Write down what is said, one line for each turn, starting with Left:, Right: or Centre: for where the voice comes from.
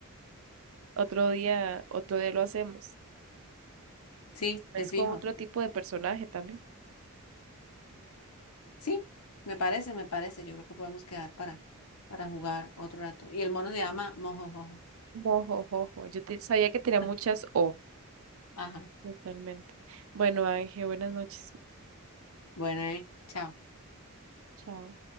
Right: Otro día, otro día lo hacemos.
Left: Sí,
Right: Es
Left: te fijo.
Right: con otro tipo de personaje también.
Left: Sí, me parece, me parece. Yo creo que podemos quedar para, para jugar otro rato. Y el mono se llama Mojojojo.
Right: Mojojojo. Yo te- sabía que tenía muchas
Left: <laughs>
Right: O.
Left: Ajá.
Right: Totalmente. Bueno, Ángel, buenas noches.
Left: Bueno, Emi, chao.
Right: Chao.